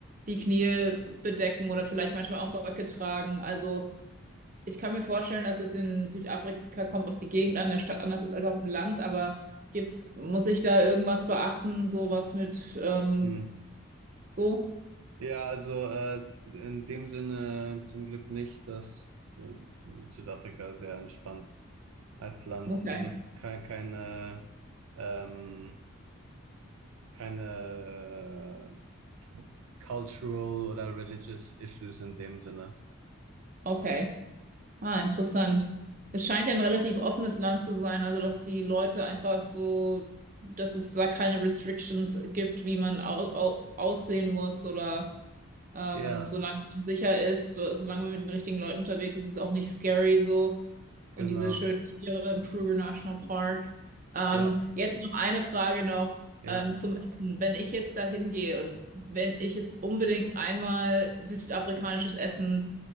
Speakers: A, on the right; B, on the right.
A: die Knie bedecken oder vielleicht manchmal auch Röcke tragen. Also ich kann mir vorstellen, dass es in Südafrika kommt auf die Gegend an der Stadt anders ist als auf dem Land, aber gibt's, muss ich da irgendwas beachten, sowas mit ähm,
B: Hm.
A: so?
B: Ja, also äh, in dem Sinne zum Glück nicht, dass äh, Südafrika sehr entspannt als Land.
A: Okay,
B: Also keine, keine, ähm, keine äh, cultural oder religious issues in dem Sinne.
A: okay. Ah, interessant. Es scheint ja ein relativ offenes Land zu sein, also dass die Leute einfach so, dass es da keine Restrictions gibt, wie man au au aussehen muss oder ähm,
B: Ja,
A: solange man sicher ist, so- solange man mit den richtigen Leuten unterwegs ist, ist es auch nicht scary so
B: genau.
A: und diese schönen Tiere im Kruger National Park. Ähm,
B: Ja,
A: jetzt noch eine Frage noch
B: ja.
A: ähm, zum Essen. Wenn ich jetzt da hingehe und wenn ich jetzt unbedingt einmal südafrikanisches Essen,